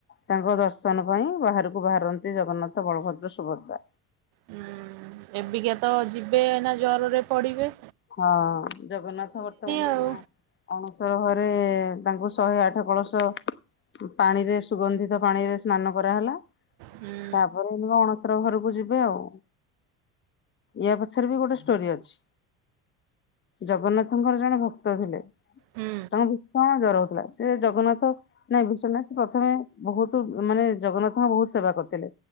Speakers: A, on the left; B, on the right.
A: ତାଙ୍କ ଦର୍ଶନ ପାଇଁ ବାହାରକୁ ବାହାରନ୍ତି ଜଗନ୍ନାଥ ବଳଭଦ୍ର ସୁ ସୁଭଦ୍ରା।
B: ହୁଁ ଏବିକା ତ ଯିବେ ଏଇନା ଜ୍ୱରରେ ପଡିବେ।
A: ହଁ ଜଗନ୍ନାଥ ବର୍ତ୍ତମାନ
B: ଆଉ
A: ଅଣସର ଘରେ ତାଙ୍କୁ ଶହେ ଆଠ କଳସ ପାଣିରେ ସୁଗନ୍ଧିତ ପାଣିରେ ସ୍ନାନ ହେଲା
B: ହୁଁ
A: ତାପରେ ଏନୁକା ଅଣ ଠାକୁର ଙ୍କ ଘରକୁ ଯିବେ ଆଉ। ୟା ପଛରେ ବି ଗୋଟେ ଷ୍ଟୋରି ଅଛି। ଜଗନ୍ନାଥଙ୍କର ଜଣେ ଭକ୍ତ ଥିଲେ
B: ହୁଁ
A: ତାଙ୍କ କଣ ଜର ସେ ଜଗନ୍ନାଥ ନାଇଁ ବିଶ୍ଵନାଥ ନା ସେ ପ୍ରଥମେ ବହୁତ ମାନେ ଜଗନ୍ନାଥଙ୍କ ବହୁତ ସେବା କରିଥିଲେ।